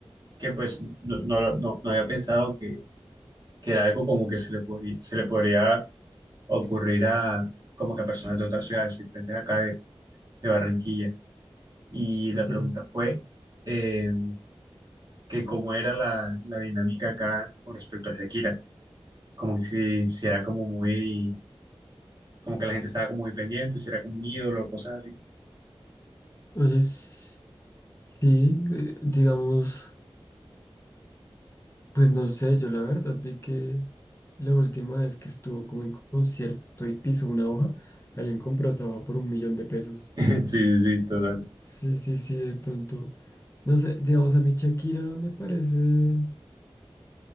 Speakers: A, on the right (about 45°); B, on the left (about 25°).
A: que pues, no, no, lo- no, no había pensado que, que era algo como que se le podría, se le podría ocurrir a, como que a personas de otras ciudades diferentes acá de, de Barranquilla. Y
B: creo
A: la
B: que.
A: pregunta fue, em, que cómo era la, la dinámica acá con respecto a Shakira. como que si, si era como muy, como que la gente estaba como muy pendiente, si era como un ídolo, cosas así.
B: Entonces, sí, eh, digamos, pues no sé, yo la verdad vi que la última vez que estuvo como en concierto y pisó una hoja, alguien compró esa hoja por un millón de pesos.
A: <laughs> Sí, sí, sí, total.
B: Sí, sí, sí, de pronto. No sé, digamos, a mí Shakira me parece,